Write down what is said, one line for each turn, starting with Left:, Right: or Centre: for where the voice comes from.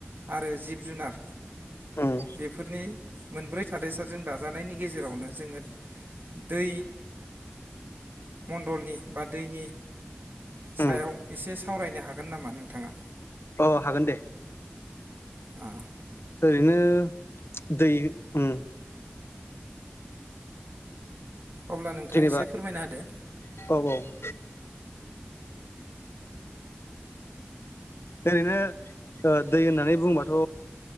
Right: आरो जिब जुनार
Left: उम
Right: बेफोरनि मोनब्रै थादैसाजों दाजानायनि गेजेरावनो जोङो दै मण्डलनि बा दैनि सायाव
Left: उम
Right: एसे सावरायनो हागोन नामा नोंथाङा?
Left: अ हागोन दे
Right: आ।
Left: दिनो दैयो उम।
Right: अब्ला नोंथाङा
Left: जेनेबा
Right: एसे फोरमायना होदो
Left: औ औ। <inaudible> ओरैनो ओ दै होननानै बुंबाथ'